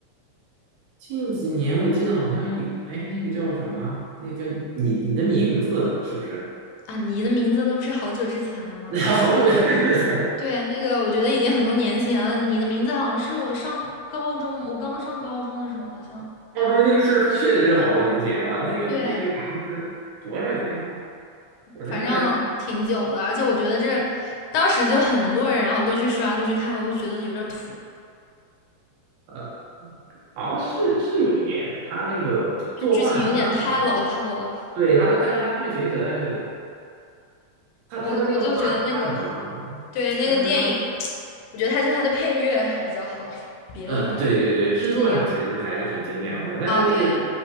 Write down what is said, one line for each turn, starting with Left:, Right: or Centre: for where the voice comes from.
Right: 近几年我记得好像有，哎，那个叫什么？那个叫你你的名字是不是？
Left: 啊，你的名字那不是好久之前了吗？
Right: <laughs>
Left: <laughs>
Right: 好久也 <laughs> 是，
Left: 对，那个我觉得已经很多年前了。你的名字好像是我上高中，我刚上高中的时候，好像
Right: 哦，对，那个是确实是好多年前了，那个那个好像是多少年了？
Left: 对，
Right: 我那时候还是
Left: 反正挺久的。而且我觉得这当时就很多人，然后都去刷，都去看，我就觉得有点土，
Right: 呃，好像是是有一点，他那个作画还蛮好的，
Left: 就剧情有点太老套了。
Right: 对他的，但是他剧情实在是他他的那个画画很好，
Left: 我我就觉得那个对那个电影，
Right: 但是他
Left: 我觉得它就它的配乐还比较好，别的都
Right: 呃，对对对，制作上其实还是很精良的，
Left: 就那样
Right: 但是那个
Left: 啊。对，